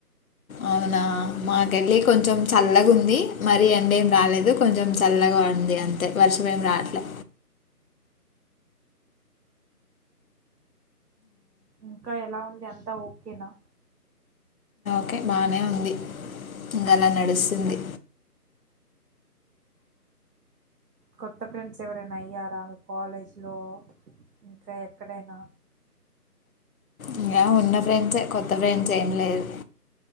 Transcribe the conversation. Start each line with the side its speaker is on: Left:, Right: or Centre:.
Left: అవునా మాకళ్ళి కొంచెం చల్లగ ఉంది మరి ఎండ ఏం రాలేదు. కొంచెం చల్లగా ఉంది. అంతే వర్షం ఏం రాట్లే.
Right: ఇంకా ఎలా ఉంది అంతా ఓకేనా
Left: ఓకే బానే ఉంది. ఇంక అలా నడుస్తుంది
Right: కొత్త ఫ్రెండ్స్ ఎవరైనా అయ్యారా? మీ కాలేజ్లో ఇంకా ఎక్కడైనా
Left: ఇంకా ఉన్న ఫ్రెండ్సే కొత్త ఫ్రెండ్స్ ఏం లేదు